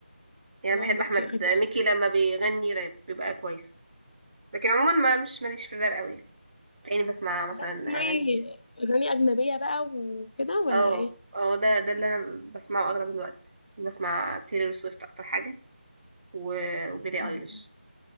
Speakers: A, on the right; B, on the left.
A: يعني
B: اه
A: أنا بحب
B: ميكي
A: أحمد
B: اغاني
A: مكي لما بيغني راب بيبقى كويس لكن عموما ما مش ماليش في الراب قوي تلاقيني بسمع مثلا
B: طب بقى بتسمعي
A: أغاني
B: اغاني اجنبيه بقى وكده ولا
A: اه
B: ايه
A: اه ده ده اللي أنا بسمعه أغلب الوقت بسمع تيلر سويفت أكتر حاجة و- وبيلي
B: مم.
A: أيليش